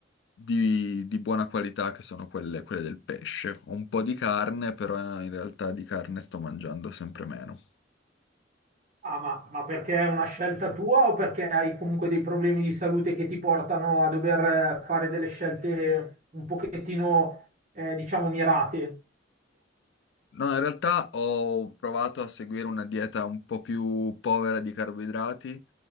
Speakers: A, on the left; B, on the right.
A: di- di buona qualità che sono quelle, quelle del pesce. Un po' di carne, però in realtà di carne sto mangiando sempre meno.
B: Ah, ma, ma perché è una scelta tua o perché hai comunque dei problemi di salute che ti portano a dover eh, fare delle scelte un pochettino, eh, diciamo, mirate?
A: No, in realtà ho provato a seguire una dieta un po' più povera di carboidrati,